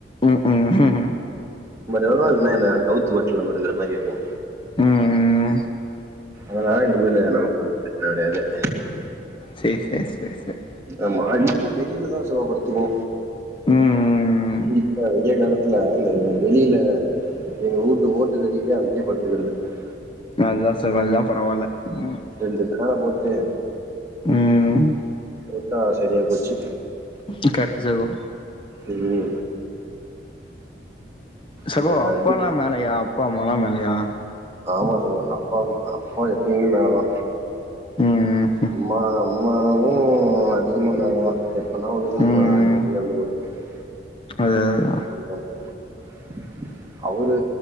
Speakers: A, on the left (about 30°); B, on the right (about 15°).
A: ம் ம்
B: எடோ இல்னா என்ன கவுத்து கட்ல படுக்ற மாரி இருக்கோ
A: ம்
B: அதா இன்னுமேளு இ நமக்கு வந்து <inaudible>
A: செர் செர் செர் செர்
B: ஆமா அதிகமா வெளில தா சிவா படுத்துவா
A: ம்
B: இப்ப வெய்ய காலத்துல இந்த வெளில எங்க ஊட்டு ஓட்டுக்கடியிலே அங்கே படுத்துக்கடக்கற்
A: அதுதா சகோ இல்ல பரவால்ல ம்
B: ரெண்டு ஃபேன்ன போட்டு
A: ம்
B: குத்தா சரியா போச்சு
A: இது கரெக்ட் சகோ
B: உண்மை
A: சகோ
B: இந்த
A: அப்பால்லா
B: இது
A: மேலயா அப்பா அம்மாலா மேலயா
B: ஆமா சகோ அப்பாவும் அப்ப எப்பயுமே மேலதா
A: ம் ம்
B: அம்மா அம்மாவு அதிகமா மேல தா எப்பனா ஒண்ணு தா
A: ம்
B: இங்க கீழ வந்து படுப்பாய்ங்க
A: அது அதுதா
B: <unintelligible> அவுரு